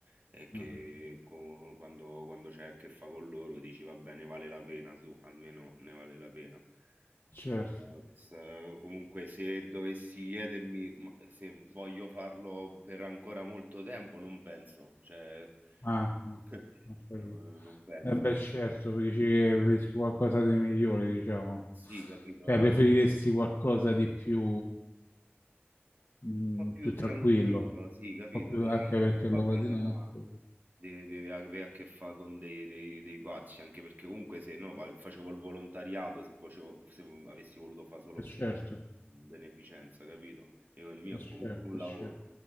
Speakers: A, on the right; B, on the left.
A: e che
B: mhm,
A: co- quando, quando c'è a che fa con loro dici va bene, vale la pena, su, almeno ne vale la pena.
B: certo.
A: Però, se- Comunque se dovessi chiedermi ma se voglio farlo per ancora molto tempo, non penso, cioè,
B: Ah, no,
A: <laughs>
B: ho capito.
A: no, non penso.
B: Eh beh, certo,
A: No.
B: dici che preferisci qualcosa di migliore, diciamo.
A: Sì, capito.
B: Cioè, preferiresti
A: Un
B: qualcosa di più, mm,
A: po' più
B: più
A: tranquillo,
B: tranquillo,
A: sì, capito,
B: o più-
A: con
B: anche
A: meno
B: perché
A: probabilità
B: lavora di notte.
A: di, di- di avere a che fare con dei, dei- dei pazzi, anche perché comunque se no va- facevo il volontariato se, vocevo- se avessi voluto fare solo
B: È certo,
A: beneficenza, capito? Io il mio
B: è certo,
A: è comunque un
B: è
A: lavoro,
B: certo.